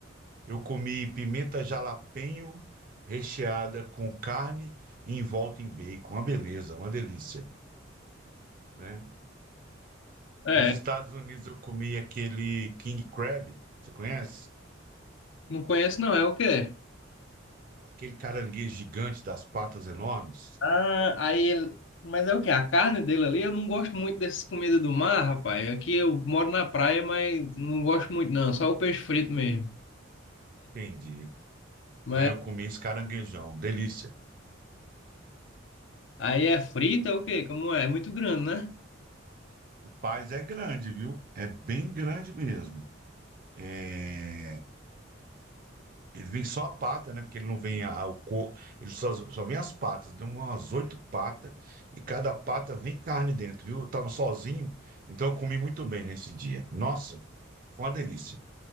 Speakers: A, on the right (about 45°); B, on the left (about 70°).
A: Eu comi pimenta jalapeño recheada com carne e envolta em bacon. Uma beleza, uma delícia, né?
B: É,
A: Nos Estados Unidos eu comi aquele king crab, você conhece?
B: não conheço não, é o quê?
A: Aquele caranguejo gigante das patas enormes.
B: Ah, aí ele. Mas é o quê? A carne dele ali, eu não gosto muito dessas comidas do mar, rapaz. Aqui eu moro na praia, mas não gosto muito, não. Só o peixe frito mesmo.
A: Entendi.
B: Mas
A: Aí eu comi esse caranguejão, delícia.
B: aí é frito, é o quê? Como é? É muito grande, né?
A: O Paz é grande, viu? É bem grande mesmo. É, Ele vem só a pata, né? Porque ele não vem a, a- o corpo, ele só, só vem as patas. Deu umas oito patas e cada pata vem carne dentro, viu? Eu tava sozinho, então eu comi muito bem nesse dia. Nossa, foi uma delícia.